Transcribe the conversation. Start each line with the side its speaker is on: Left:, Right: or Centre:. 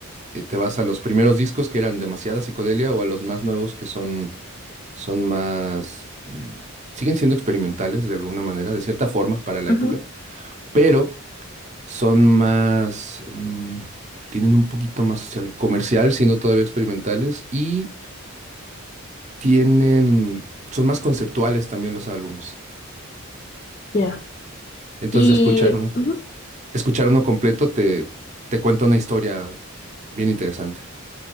Right: eh, Te vas a los primeros discos que eran demasiada psicodelia o a los más nuevos que son, son más... mm, siguen siendo experimentales de alguna manera, de cierta forma para la época,
Left: Ujú,
Right: pero son más... mm, tienen un poquito más hacia lo comercial, siendo todavía experimentales, y tienen, son más conceptuales también los álbumes.
Left: Ya.
Right: Entonces
Left: Y,
Right: escuchar uno,
Left: ujú,
Right: escuchar uno completo te, te cuenta una historia bien interesante.